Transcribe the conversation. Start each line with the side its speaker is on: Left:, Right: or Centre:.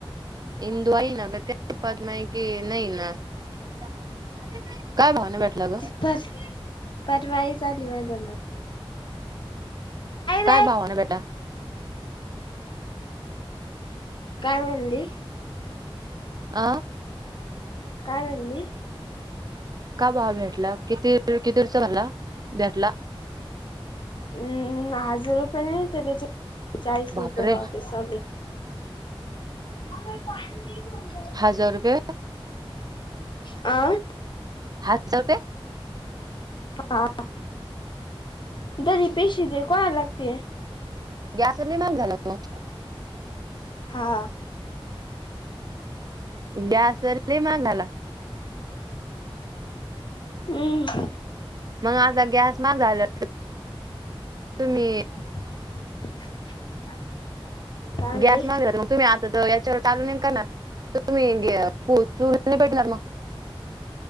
Right: ईदू आई नां तेपातंमां येकी नाहीं नां ह काय भावना भेटला ग.
Left: ती पर परवाई झाली माहिना
Right: काय
Left: रे
Right: भावा ना बेटा
Left: काय म्हणली?
Right: आ
Left: काय म्हणली?
Right: का बावा भेटला किती कितीरचा झाला भेटला.
Left: हम्म हजार रुपये नाहीते त्याचे चाळीस
Right: बापरे
Left: रुपये वापस चाले. मग पाणी नाही करून जा.
Right: हजार रुपये.
Left: अ.
Right: हातजारपे
Left: हा. दरी पेशी दे कय लागते.
Right: गॅसधली माग झाला मग
Left: हा
Right: गॅस माग झाला.
Left: हम्म
Right: मग आता गॅस मा झाला तुम्ही
Left: <unintelligible> चांगले
Right: गॅस मग जरू. तुम्ही आता तर याच्यावर टालूून का ना तुम्ही चूर नाही भेटला मग.